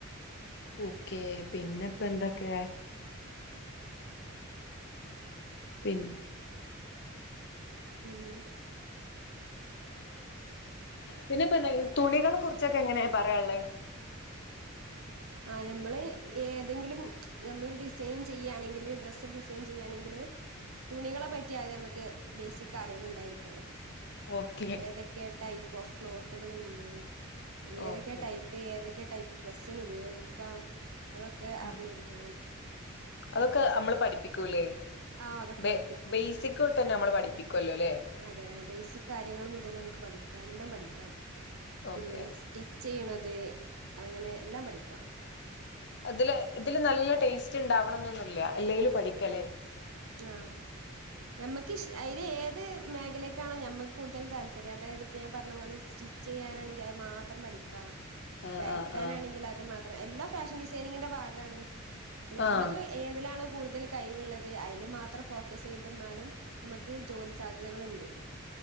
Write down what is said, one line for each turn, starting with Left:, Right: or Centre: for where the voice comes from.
Left: ഓക്കെ പിന്നപ്പ എന്തൊക്കെ? പിൻ
Right: ഉം
Left: പിന്നെപ്പാന്നാഹ തുണികളെ കുറിച്ചൊക്കെ എങ്ങനെ പറയാള്ളേ
Right: ആഹ് ഞമ്മള് ഏതെങ്കിലും ഞമ്മള് ഡിസൈൻ ചെയ്യണെങ്കില് ഡ്രസ്സ് ഡിസൈൻ ചെയ്യണെങ്കില്. തുണികളെ പറ്റി ആദ്യ നമക്ക് ബേസിക് അറിവുണ്ടായിരിക്കണം.
Left: ഓക്കെ
Right: ഏതൊക്കെയാ ടൈപ്പ് ഓഫ് ക്ലോത്തുകളുണ്ട്. ഏതൊക്കെ
Left: ഓക്കെ
Right: ടൈ- ഇപ്പേ ഏതൊക്ക്യ ടൈപ്പ് ഡ്രസ്സിനെ ഉപയോഗിക്കാം. അതൊക്കെ
Left: ആഹ്
Right: അർഞ്ഞി രിക്കണം.
Left: അതൊക്കെ നമ്മള് പഠിപ്പിക്കൂല്ലേ
Right: ആഹ് അതൊക്കെ
Left: ബേ
Right: പഠിപ്പിക്കും
Left: ബേസിക് തൊട്ടന്നെ നമ്മള് പഠിപ്പിക്കുല്ലല്ലേ?
Right: അതെ ആ ബേസിക് കാര്യങ്ങള് മുതല് നമക്ക് പഠിക്കാ എല്ലാം പഠിക്കാം. പിന്നെ
Left: ഓക്കെ
Right: സ്റ്റി - ചെയ്യണത് അങ്ങനെ എല്ലാം പഠിക്കാം.
Left: അതില് ഇതില് നല്ല ടേസ്റ്റ് ഇണ്ടാവണം എന്നൊന്നുല്ല എല്ലെലും പഠിക്കല്.
Right: ആഹ് ഞാമ്മക്ക് ഇഷ് അയില് ഏത് മേഖലേക്കാണോ ഞാമ്മക്ക് കൂടുതൽ താല്പര്യം. അതായത് ഇപ്പ്യ ഞാൻ പറഞ്ഞപോലെ സ്റ്റി- ച്ച് ചെയ്യാനാണെങ്കിൽ അത് മാത്രം പഠിക്കാം
Left: ആഹ്
Right: വരക്കാനാണെങ്കിൽ
Left: ആഹ് ആഹ്
Right: അത് മാത്രം എല്ലാ ഫാഷൻ ഡിസൈനിങ്ങിന്റെ ഭാഗമാണ്. ഞാമ്മക്ക്-
Left: ആഹ്
Right: ഏതിലാണോ കൂടുതൽ കൈവിള്ളത്. അയില് മാത്രം ഫോക്കസ് ചെയ്തന്നാലും നമക്ക് ജോലി സാധ്യതകള്ണ്ട്.